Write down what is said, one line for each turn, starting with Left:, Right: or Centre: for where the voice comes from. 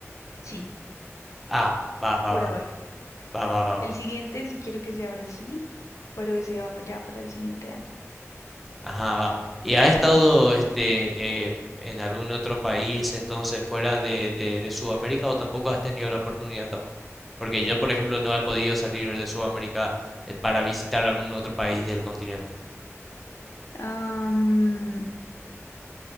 Left: Sí,
Centre: Ah, va,
Left: por
Centre: va,
Left: ahora.
Centre: va, va, va, va,
Left: El
Centre: va.
Left: siguiente sí quiero que sea Brasil, pero ese va pa- ya para el siguiente
Centre: Ajá, va. ¿Y ha estado este em, en algún otro país entonces fuera de, de, de Sudamérica o tampoco has tenido la oportunidad aún? Porque yo, por ejemplo, no he podido salir de Sudamérica eh, para visitar algún otro país del continente
Left: año.